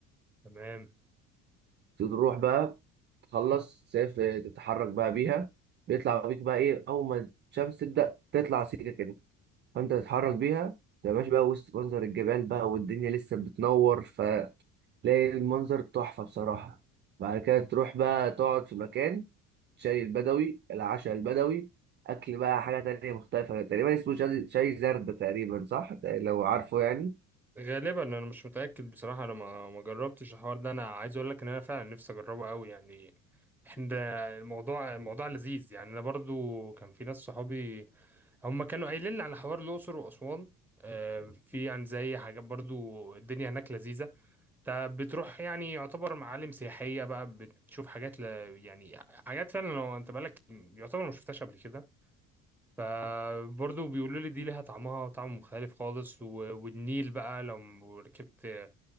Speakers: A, in the centre; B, on the right (about 25°).
A: تمام
B: تروح بقى تخلص تسافر تتحرك بقى بيها بيطلع بيك بقى ايه اول ما الشمس تبدا تطلع سيكه كده فانت تتحرك بيها تبقى ماشي بقى وسط منظر الجبال بقى والدنيا لسه بتنور ف تلاقي المنظر تحفة بصراحة بعد كده تروح بقى تقعد في مكان شاي البدوي العشاء البدوي أكل بقى حاجة تانية مختلفة تقريبا اسمه شاي شاي زردة تقريبا صح لو عارفه يعني
A: غالبا انا مش متاكد بصراحه انا ما ما جربتش الحوار ده انا عايز اقول لك ان انا فعلا نفسي اجربه قوي يعني احنا الموضوع الموضوع لذيذ يعني انا برضو كان في ناس صحابي هم كانوا قايلين لي على حوار الاقصر واسوان آه، في يعني زي حاجات برضو الدنيا هناك لذيذه انت بتروح يعني يعتبر معالم سياحيه بقى بتشوف حاجات ل... يعني حاجات فعلا لو انت بالك يعتبر ما شفتهاش قبل كده فبرضو بيقولوا لي دي ليها طعمها طعم مختلف خالص و... والنيل بقى لو ركبت